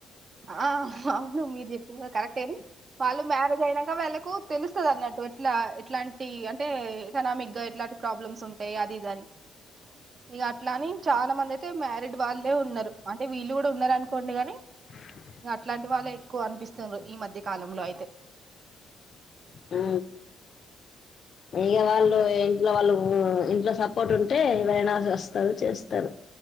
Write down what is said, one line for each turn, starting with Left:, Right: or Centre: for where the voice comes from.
Right: ఆ అవును మీరు చెప్పిన కదా కరెక్ట్ అని వాళ్ళు మ్యారేజ్ అయినాక వీళ్ళకు తెలుస్త అది అన్నట్టు ఎట్లా ఎట్లాంటి అంటే ఎకనామిక్ గా ఎట్లా అంటి ప్రాబ్లమ్స్ ఉంటాయి అది ఇది అని ఇక అట్లా అని చాలా మంది అయితే మ్యారిడ్ వాళ్ళే ఉన్నారు అంటే వీళ్ళు కూడా ఉన్నార అనుకోండి గాని
Left: <inaudible>
Right: ఇగ అట్లా అంటి వాళ్ళే ఎక్కువ అనిపిస్తుండ్రు ఈ మధ్య కాలంలో అయితే
Left: ఆ ఇక వాళ్ళు ఏ ఇంట్లో వాళ్ళు ఇంట్లో సపోర్ట్ ఉంటే ఎవరైన వస్తారు చేస్తారు